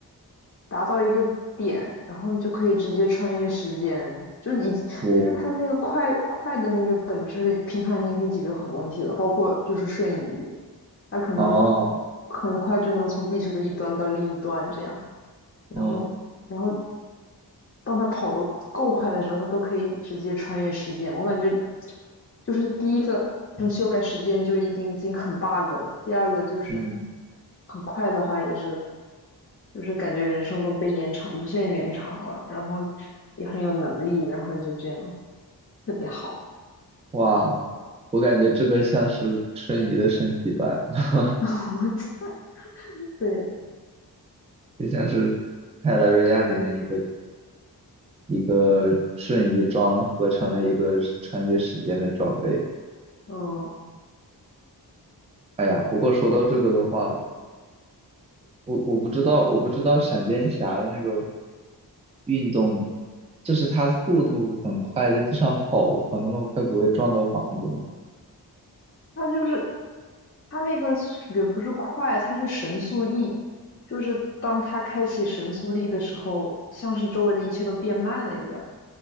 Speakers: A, on the left (about 35°); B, on the right (about 15°).
A: 达到一个点，然后你就可以直接穿越时间，就是已经就是它那个快快的那个本质，
B: 我
A: 平常已经可以解决很多问题了，包括就是瞬移，它可能
B: 哦
A: 很快就能从地球的一端到另一端这样，然后然后
B: 嗯
A: 当它跑得够快的时候，它都可以直接穿越时间。我感觉就是第一个，能修改时间就已经已经很 bug 了，第二个就是
B: 嗯，
A: 很快的话也是。就是感觉人生都被延长，无限延长了，然后也很有能力，然后就这样特别好。
B: 哇，我感觉这个像是瞬移的升级版。<laughs>
A: <laughs> 然后对，
B: 就像是《泰拉瑞亚》里面一个一个瞬移装合成了一个是穿越时间的装备。
A: 嗯，
B: 哎呀，不过说到这个的话，我我不知道，我不知道闪电侠的那个运动，就是他速度很快，在地上跑跑那么快，不会撞到房子吗？
A: 他就是他那个也不是快，他是神速力，就是当他开启神速力的时候，像是周围的一切都变慢了一样。